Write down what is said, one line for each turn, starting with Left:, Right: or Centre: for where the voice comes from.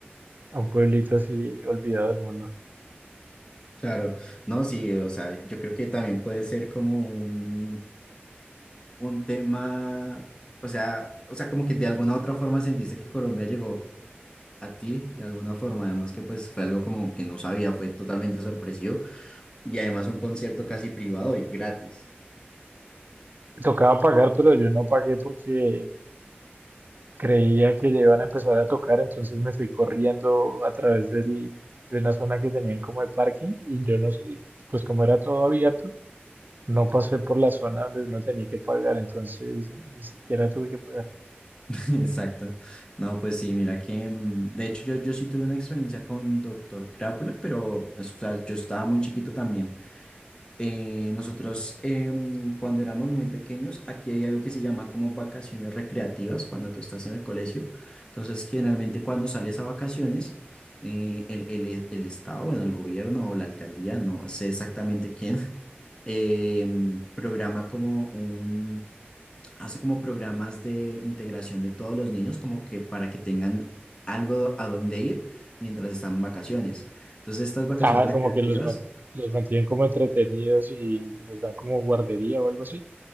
Right: a un pueblito así olvidado del mundo.
Left: Claro. No, sí, o sea, yo creo que también puede ser como un, un tema, o sea, o sea, como que de alguna otra forma sentiste que Colombia llegó a ti, de alguna forma, además que pues fue algo como que no sabía, fue totalmente sorpresivo y además un concierto casi privado y gratis.
Right: Tocaba pagar, pero yo no pagué porque creía que ya iban a empezar a tocar, entonces me fui corriendo a través del- de una zona que tenían como de parking y yo no sé, pues como era todo abierto, no pasé por la zona donde uno tenía que pagar, entonces ni siquiera tuve que pagar.
Left: <laughs> Exacto. No, pues sí, mira que, mm, de hecho yo, yo sí tuve una experiencia con Doctor Crápula, pero o sea, yo estaba muy chiquito también. Eh, nosotros em, cuando éramos muy pequeños, aquí hay algo que se llama como vacaciones recreativas cuando tú estás en el colegio. Entonces, generalmente cuando sales a vacaciones, eh, el, el, e, el Estado, bueno, el gobierno o la alcaldía, no sé exactamente quién, <laughs> em, programa como un hace como programas de integración de todos los niños, como que para que tengan algo a dónde ir mientras están en vacaciones. Entonces, estas vacaciones
Right: Ah,
Left: recreativas
Right: como que los, man- los mantienen como entretenidos y les dan como guardería o algo así.